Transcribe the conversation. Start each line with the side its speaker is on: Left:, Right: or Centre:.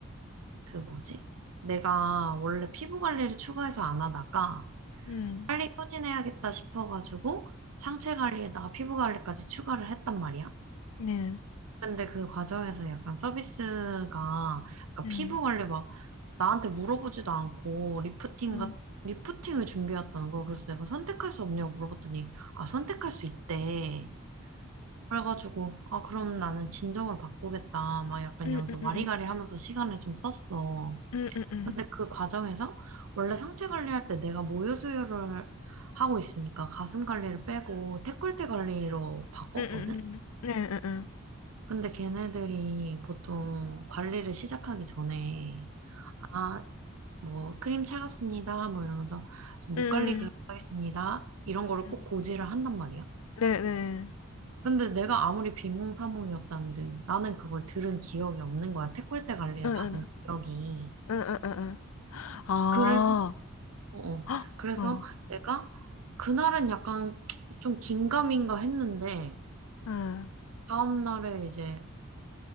Right: 그 뭐지? 내가 원래 피부 관리를 추가해서 안 하다가,
Left: 응 응
Right: 빨리 소진해야겠다 싶어가지고 상체 관리에다가 피부 관리까지 추가를 했단 말이야.
Left: 네,
Right: 근데 그 과정에서 약간 서비스가 약간
Left: 응
Right: 피부 관리 막 나한테 물어보지도 않고 리프팅
Left: 응응응
Right: 같 리프팅을 준비했다는 거야. 그래서 내가 선택할 수 없냐고 물어봤더니 아 선택할 수 있대. 그래가지고 아 그럼 나는 진정을 바꾸겠다 막 약간
Left: 응응응
Right: 이러면서 와리가리 하면서 시간을 좀 썼어.
Left: 응응 응
Right: 근데 그 과정에서 원래 상체 관리할 때 내가 모유 수유를 하고 있으니까 가슴 관리를 빼고 데콜테 관리로 바꿨거든?
Left: 응 응 응 응
Right: 근데 걔네들이 보통 관리를 시작하기 전에 아, 뭐 크림 차갑습니다. 뭐 이러면서 좀목
Left: 응, 응, 응,
Right: 관리 들어가겠습니다.
Left: 응,
Right: 이런 거를
Left: 응, 응,
Right: 꼭
Left: 응,
Right: 고지를 한단 말이야.
Left: 네, 응
Right: 근데 내가 아무리 비몽사몽이었다는데 나는 그걸 들은 기억이 없는 거야. 데콜테 관리를
Left: 응 응
Right: 받은
Left: 응, 응, 네, 네, 응응
Right: 기억이.
Left: 응응응응. 아,
Right: 그래서 어, 어.
Left: 헉,
Right: 그래서
Left: 응,
Right: 내가 그날은 약간 좀 긴가민가 했는데
Left: 응,
Right: 다음날에 이제